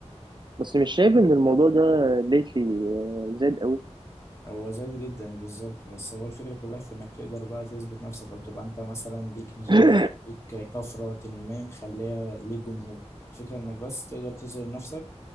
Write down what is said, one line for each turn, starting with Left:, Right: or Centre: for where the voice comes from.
Right: بس مش شايف ان الموضوع ده ليتلي زاد قوي
Left: هو زايد جدا بالظبط بس هو الفكرة كلها في انك تقدر بقى تثبت نفسك او تبقى انت مثلا ليك نظام
Right: <laughs>
Left: ليك طفرة ما مخلية ليك جمهور الفكرة انك بس تقدر تظهر نفسك